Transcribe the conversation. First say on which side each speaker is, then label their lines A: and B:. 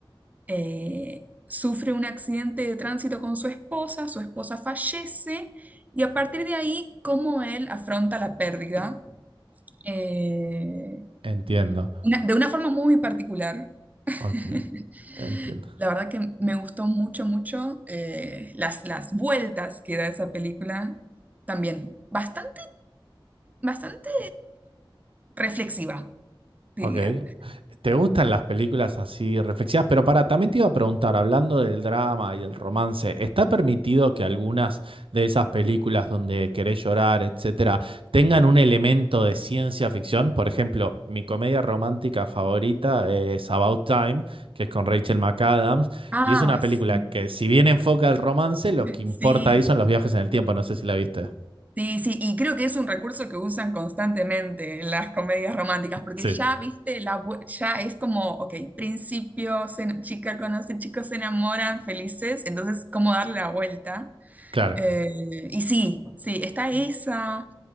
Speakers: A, on the right; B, on the right.
A: eh, sufre un accidente de tránsito con su esposa. Su esposa fallece. Y a partir de ahí, cómo él afronta la pérdida. eh,
B: Entiendo.
A: una- de una forma muy particular <laughs>
B: Ok. Entiendo.
A: La verdad que me gustó mucho, mucho eh, las, las vueltas que da esa película también. Bastante, bastante reflexiva, diría.
B: Ok. ¿Te gustan las películas así reflexivas? Pero para, también te iba a preguntar, hablando del drama y el romance, ¿está permitido que algunas de esas películas donde querés llorar, etcétera, tengan un elemento de ciencia ficción? Por ejemplo, mi comedia romántica favorita es About Time, que es con Rachel McAdams,
A: Ah,
B: y es una película
A: sí,
B: que, si bien enfoca el romance, lo que importa
A: sí,
B: ahí son los viajes en el tiempo. No sé si la viste.
A: Sí, sí, y creo que es un recurso que usan constantemente en las comedias románticas, porque
B: Sí,
A: ya, viste, la, bu- ya es como, ok, principio, se- chica conoce, chicos se enamoran, felices, entonces, ¿cómo darle la vuelta?
B: claro.
A: Eh, y sí, sí, está esa,